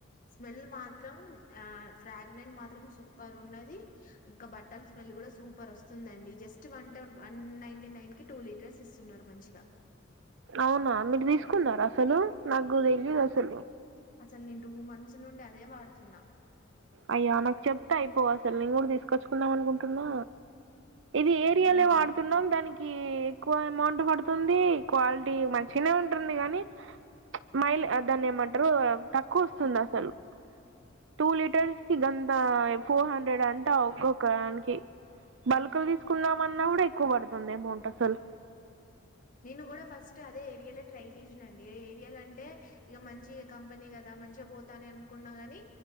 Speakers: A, on the left; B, on the right.
A: స్మెల్ మాత్రం ఆ ఫ్రాగ్నెన్ మాత్రం సూపర్ ఉన్నది. ఇంకా బట్టల స్మెల్ కూడా సూపర్ వస్తుందండి. జస్ట్ వంట టోట్ వన్ నైటీ నైన్ కి టూ లీటర్స్ ఇస్తున్నారు మంచిగా
B: అవునా మీర్ రీసుకున్నారు అసలు నాగు దేలీయదు అసలు
A: అసల్ నీన్ టూ మంత్స్ నుండి అదే వాడుతున్నా.
B: అయో ఆమెక్ చెప్తే అయిపోవ్ అసలు నేన్ గూడ్ దీసుకొచ్చుకుందాం అనుకుంటున్నా. ఇది ఏరియాలే
A: హ్మ్.
B: వాడుతున్నాం దానికి ఎక్కువైమ్ మోంట్ పడుతుంది క్వాలిటీ మంచినే ఉంటుంది గానీ మైల్ దాన్ని ఏమంట్రూ. తక్కువ వస్తుంది అసల్ టూ లీటర్స్ కీ గందా ఫోర్ హండ్రెడ్ అంటా ఒక్కొక్క అన్కి బల్కులు దీసుకుందామన్నా కూడా ఎక్కువ బడుతుంది ఏమౌంట్ అసల్
A: నేను కూడా ఫస్ట్ అదే ఏరియలే ట్రై జేష్నా అండి. ఏరియాలా అంటే ఇగా మంచి కంపెనీ గదా మంచిగా బోత అని అనుకున్నా గాని